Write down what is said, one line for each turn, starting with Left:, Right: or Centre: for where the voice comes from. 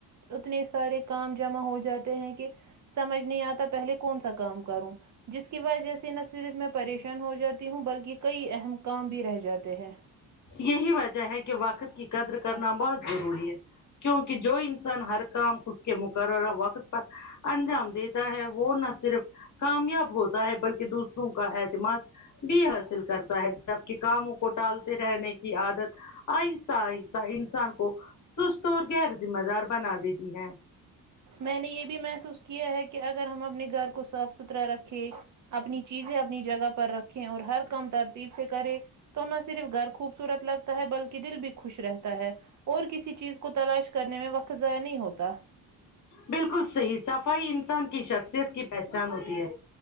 Right: اتنے سارے کام جمع ہو جاتے ہیں کہ سمجھ نہیں آتا پہلے کون سا کام کروں جس کی وجہ سے نہ صرف میں پریشان ہو جاتی ہوں بلکہ کئی اہم کام بھی رہ جاتے ہیں
Left: یہی وجہ ہے کہ وقت کی قدر کرنا بہت ضروری ہے کیونکہ کہ جو انسان ہر کام خود کے مقررہ وقت پر انجام دیتا ہے وہ نہ صرف کامیاب ہوتا ہے بلکہ دوسروں کا اعتماد بھی حاصل کرتا ہے جب کے کاموں کو ٹالتا تے رہنے کی عادت آہستہ آہستہ انسان کو کو سست اور غیر ذمہ دار بنا دیتی ہے
Right: میں نے یہ بھی محسوس کیا ہے کہ اگر ہم اپنے گھر کو صاف سترا رکھے اپنی چیزیں اپنی جگہ پر رکھیں اور ہر کام ترتیب سے کرے تو نہ صرف گھر خوبصورت لگتا ہے بلکہ دل بھی خوش رہتا ہے اور کسی چیز کو تلاش کرنے میں وقت ضائع نہیں ہوتا
Left: بالکل صحیح صفائی انسان کی شخصیت کی پہچان ہوتی ہے